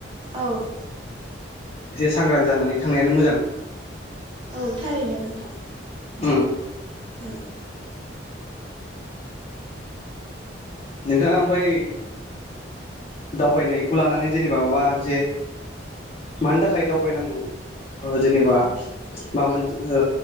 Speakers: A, on the right (about 25°); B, on the left (about 35°).
A: औ
B: एसे सांग्रां जानानै थांनायानो मोजां।
A: औ थारैनो नोंथां
B: उ
A: उ
B: नोंथाङा ओमफाय दावबायनायखौ लानानै जेनेबा माबा मोनसे मानि थाखाय दावबायनांगौ ओ जेनेबा मा मोनसे ओ